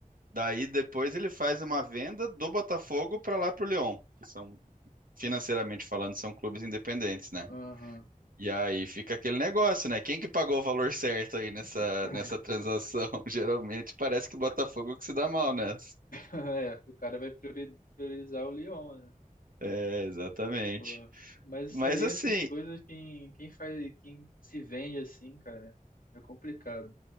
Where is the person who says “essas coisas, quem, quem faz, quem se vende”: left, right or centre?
Left